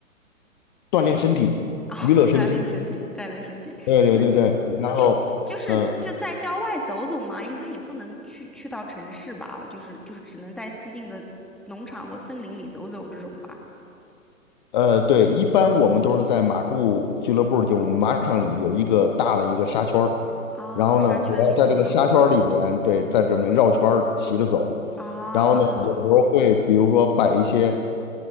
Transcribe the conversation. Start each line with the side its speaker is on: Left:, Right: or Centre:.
Left: 锻炼身体，
Centre: 哦，
Left: 娱乐身心。
Centre: <laughs> 锻炼身体，锻炼身体。
Left: 对对对对，
Centre: 那。
Left: 然后，
Centre: 就就是就在郊外走走嘛，
Left: 嗯
Centre: 应该也不能去去到城市吧，就是就是只能在附近的农场或森林里走走这种吧。
Left: 呃，呃对，一般我们都是在马术俱乐部，就马场里有一个大的一个沙圈儿，
Centre: 啊、
Left: 然后呢，
Centre: 沙圈里走走
Left: 主要在这个沙圈儿里面，对，在这里面绕圈儿骑着走，
Centre: 啊，
Left: 然后呢，有时候会比如说摆一些。